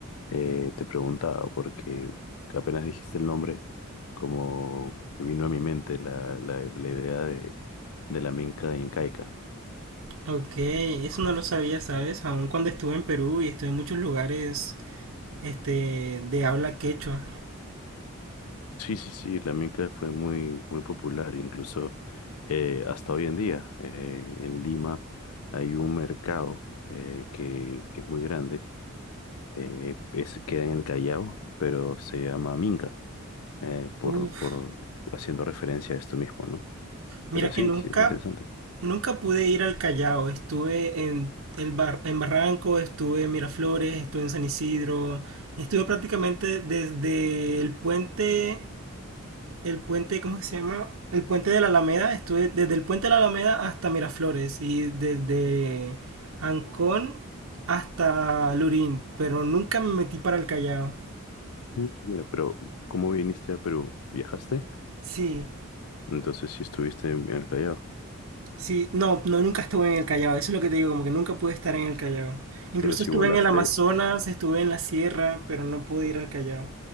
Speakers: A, on the left; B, on the right.
A: eh, te preguntaba, porque apenas dijiste el nombre, como que vino a mi mente la, la la idea de de la minca incaica.
B: Ok, eso no lo sabía, ¿sabes? Aún cuando estuve en Perú y estuve en muchos lugares este, de habla quechua.
A: Sí, sí, sí, la minca fue muy, muy popular, incluso eh, hasta hoy en día. eh, en Lima hay un mercado eh, que, que es muy grande, eh, es, queda en el Callao, pero se llama minca, eh, por,
B: Uf,
A: por haciendo referencia a esto mismo, ¿no? Pero
B: mira
A: sí,
B: que nunca,
A: sí, es interesante.
B: nunca pude ir al Callao. Estuve en, el bar, en Barranco, estuve en Miraflores, estuve en San Isidro. Estuve prácticamente desde el puente el puente, ¿cómo que se llama? El puente de la Alameda, estuve desde el puente de la Alameda hasta Miraflores y desde Ancón hasta Lurín, pero nunca me metí para el Callao.
A: Mm, Mira, pero ¿cómo viniste a Perú? ¿Viajaste?
B: Sí,
A: Entonces sí estuviste en, en el Callao,
B: sí, no, no, nunca estuve en el Callao, eso es lo que te digo, como que nunca pude estar en el Callao. Incluso
A: pero si
B: estuve
A: volaste,
B: en el Amazonas, estuve en la sierra, pero no pude ir al Callao.